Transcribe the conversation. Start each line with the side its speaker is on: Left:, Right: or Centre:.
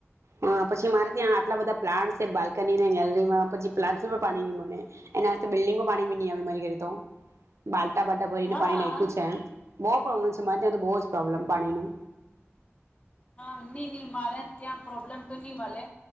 Right: હહ પછી મારે ત્યાં આટલા બધા પ્લાન્ટસ છે, બાલ્કનીને, ગેલરીમાં પછી પ્લાન્ટસને પણ પાણી ની મળે. એના હથે બિલ્ડિંગમાં પાણી બી ની આવે મારી ઘરે તો બાલ બટાબાટા ભરીને
Left: હા
Right: પાણી નાખ્યું છે. બહુ પ્રોબ્લેમ છે મારે ત્યાં તો બહુ જ પ્રોબ્લેમ પાણીનું
Left: હા નહીં નહીં મારા જ ત્યાં પ્રોબ્લેમ તો ની મલે